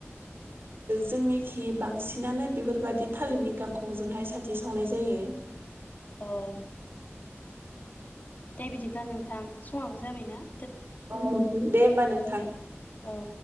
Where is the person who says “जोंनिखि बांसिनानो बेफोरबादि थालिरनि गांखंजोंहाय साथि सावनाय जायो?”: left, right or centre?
Right